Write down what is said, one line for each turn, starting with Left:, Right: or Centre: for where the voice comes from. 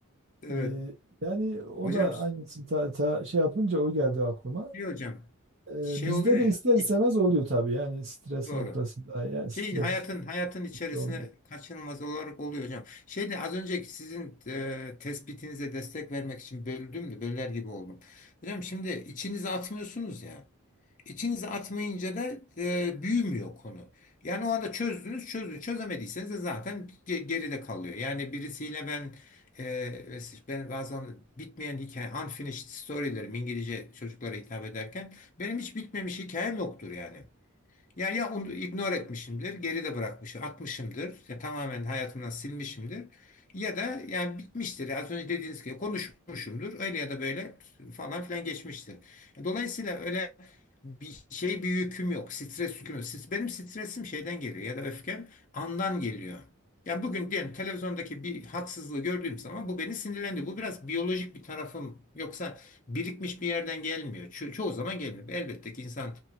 Left: Evet.
Right: Ee, yani o
Left: Hocam,
Right: da aynısını ta, ta- şey yapınca o geldi aklıma.
Left: diyor hocam.
Right: Ee,
Left: Şey
Right: bizde
Left: oluyor
Right: de
Left: ya.
Right: ister
Left: iç-
Right: istemez oluyor tabii yani stres
Left: doğru.
Right: noktasında yani stres
Left: Şeyin hayatın hayatın içerisine
Right: olmuyor.
Left: kaçınılmaz olarak oluyor hocam. Şeyde az önceki sizin e, tespitinize destek vermek için böldüm de böler gibi oldum. Hocam şimdi içinize atmıyorsunuz ya. İçinize atmayınca da e, büyümüyor konu. Yani o anda çözdünüz, çözdünüz. Çözemediyseniz de zaten ge- geride kalıyor. Yani birisiyle ben e, ben bazen bitmeyen hikaye, unfinished story'lerim İngilizce çocuklara hitap ederken benim hiç bitmemiş hikayem yoktur yani. Yani ya onu ignore etmişimdir, geride bırakmışım, atmışımdır, ya tamamen hayatımdan silmişimdir. Ya da yani bitmiştir. Az önce dediğiniz gibi konuşmuşumdur. Öyle ya da böyle falan filan geçmiştir. Dolayısıyla öyle bir şey bir yüküm yok. Stres yüküm yok. Siz- Benim stresim şeyden geliyor ya da öfkem andan geliyor. Yani bugün diyelim televizyondaki bir haksızlığı gördüğüm zaman bu beni sinirlendi. Bu biraz biyolojik bir tarafım. Yoksa birikmiş bir yerden gelmiyor. Ço- çoğu zaman gelmiyor. Elbette ki insan